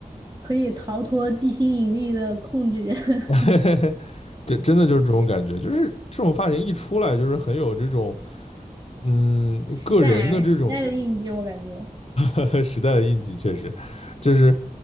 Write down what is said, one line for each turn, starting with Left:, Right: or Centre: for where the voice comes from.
Right: 可以逃脱地心引力的控制，<laughs>
Left: <laughs> 这真的就是这种感觉，就是这种发型一出来就是很有这种嗯个人的这种
Right: 时代时代的印记，我感觉。
Left: <laughs> 时代的印记，确实就是